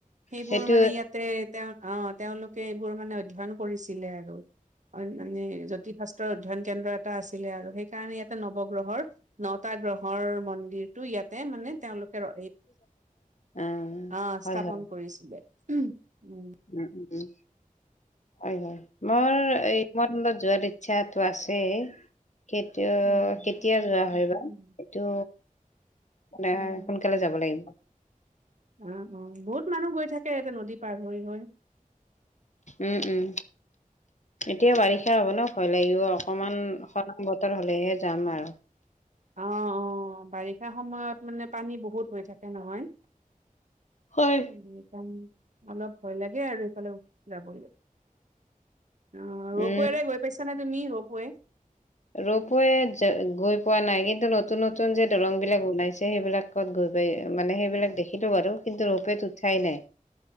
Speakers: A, on the right; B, on the left.
A: সেইবোৰ
B: সেইটো
A: মানে ইয়াতে তেওঁ অ', তেওঁলোকে এইবোৰ মানে অধ্যয়ন কৰিছিলে আৰু কাৰণ মানে জ্যোতিষ শাস্ত্ৰ অধ্যয়ন কেন্দ্ৰ এটা আছিলে আৰু সেই সেই কাৰণে ইয়াতে নৱগ্ৰহৰ নটা গ্ৰহৰ মন্দিৰটো ইয়াত তে মানে তেওঁলোকে <unintelligible> এই
B: অ',
A: অ', স্থাপন
B: হয়, হয়।
A: কৰিছিলে। উম।
B: উম উম হয় হয়। মোৰ এই মন যোৱাৰ ইচ্ছাটো আছে। কেতিয়া-কেতিয়া
A: উম।
B: যোৱা হয়
A: উম।
B: বা এইটো। মানে
A: উম।
B: সোনকালে যাব লাগিব।
A: উম, অ', বহুত মানুহ গৈ থাকে, এনে নদী পাৰ হৈ।
B: উম, উম, এতিয়া বাৰিষা হ'ব ন'। হ'লেও অকমান সলং <unintelligible> বতৰ হ'লেহে যাম আৰু।
A: অ, অ', বাৰিষা সময়ত মানে পানী বহুত হৈ থাকে নহয়।
B: হয়।
A: অলপ ভয় লাগে আৰু, এইফালে যাব লৈ। অ', ৰৌপেৰে
B: উম,
A: গৈ পাইছাঁ নে, তুমি ৰপে
B: ৰপ গৈ পোৱা নাই কিন্তু, নতুন-নতুন যে দলং বিলাক বনাইছে, সেইবিলাক গৈ পাই, মানে সেইবিলাক দেখিলোঁ বাৰু, কিন্তু ৰোপৱত উঠাই নাই।